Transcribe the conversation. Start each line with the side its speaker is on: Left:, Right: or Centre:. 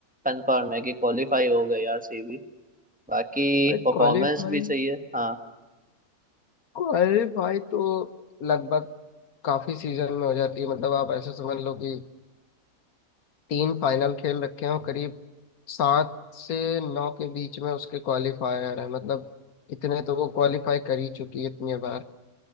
Centre: कंफर्म है कि क्वालिफाई हो गई आरसीबी बाकी
Left: और
Centre: परफॉर्मेंस
Left: क्वालिफाई
Centre: भी सही है हाँ
Left: क्वालिफाई तो लगभग काफी सीजन में हो जाती है मतलब आप ऐसे समझ लो कि तीन फाइनल खेल रखे हो करीब सात से नौ के बीच में उसके क्वालिफायर है मतलब इतने तो वो क्वालिफाई कर ही चुकी है इतनी बार